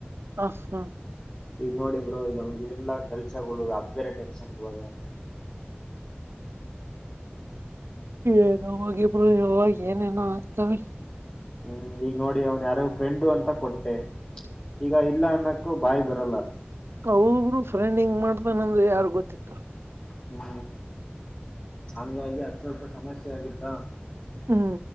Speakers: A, on the right (about 75°); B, on the left (about 20°).
A: ಹ್ಹ ಹ್ಹಾ
B: ಈಗ ನೋಡಿ ಬ್ರೋ ಇವೆಲ್ಲಾ ಕೆಲ್ಸಗಳು ಅದು ಬೇರೆ ಟೆಷನ್ ಇವಾಗಾ <inaudible>
A: ಏನೋ ಹೋಗಿ ಬ್ರೋ ಯೂ ಏನೇನೋ ಆಕ್ತವೆ
B: ಹು ಈಗ ನೋಡಿ ಅವನ ಯಾರ ಫ್ರೆಂಡು ಅಂತ ಕೊಟ್ಟೆ ಈಗ ಇಲ್ಲ ಅನ್ನಕ್ಕು ಬಾಯಿ ಬರ್ ತಲ್ಲಾ
A: ಅವಬ್ರು ಫ್ರೆಂಡ್ ಹಿಂಗ್ ಮಾಡ್ತಾನಂದ್ರೆ ಯಾರು ಗೊತ್ತಿತ್ತು
B: ಹು ಹಂಗಾಗಿ ಹತ ಹೊಕ್ಕು ಸಮಸ್ಯೆ ಆಗಿತ್ತ
A: ಹು